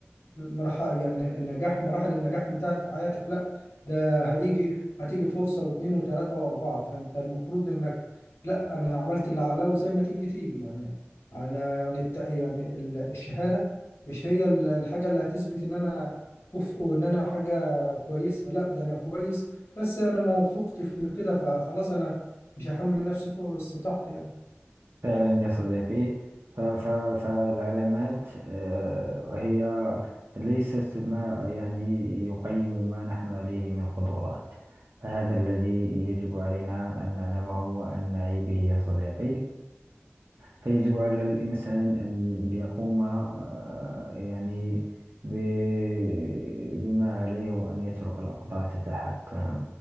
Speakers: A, on the left; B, on the right.
A: مراحل يعني النجاح مراحل النجاح انتهت في حياتك لا ده هيجي هتيجي فرصه واثنين وثلاثه واربعه فانت المفروض انك لا انا عملت اللي عليا وزي ما تيجي تيجي يعني انا يعني الت... يعني ال- الشهاده مش هي ال- الحاجه اللي هتثبت ان انا كفء وان انا حاجه كويسه لا ده انا كويس بس انا ما وفقتش في كده فخلاص انا مش هحمل نفسي فوق استطاعتي يعني
B: فعلا يا صديقي ف- ف- فالعلامات آه، هي ليست ما يعني يقيم ما نحن عليه من قدرات فهذا الذي يجب علينا أن نعلمه وأن نعي به يا صديقي فيجب على الإنسان أن يقوم آه، يعني ب- بما عليه وأن يترك الأقدار تتحكم